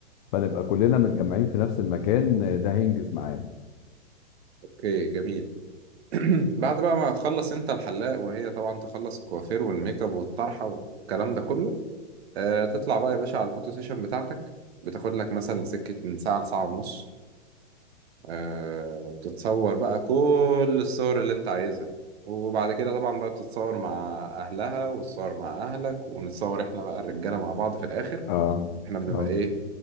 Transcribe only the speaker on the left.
فنبقى كلنا متجمعين في نفس المكان آه، ده هينجز معانا
اه
اه